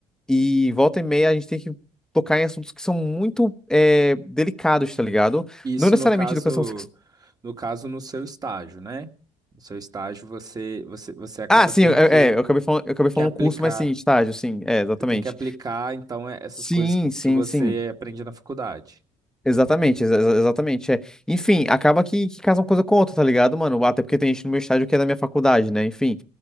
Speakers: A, in the centre; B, on the right.
A: e volta e meia a gente tem que tocar em assuntos que são muito é, delicados, tá ligado?
B: Isso
A: Não necessariamente
B: no caso,
A: educação sexual.
B: no caso no seu estágio, né? No seu estágio você, você, você acaba
A: Ah, sim,
B: tendo
A: é,
B: que,
A: é, eu acabei falando, eu acabei falando
B: que aplicar.
A: curso, mas sim, estágio, sim, é, exatamente.
B: Você tem que aplicar, então, é- essas
A: Sim,
B: coisas que
A: sim,
B: que você
A: sim.
B: aprende na faculdade.
A: Exatamente, exa- exa- exatamente, é. Enfim, acaba que, que casa uma coisa com outra, tá ligado, mano? Até porque tem gente no meu estádio que é da minha faculdade, né? Enfim.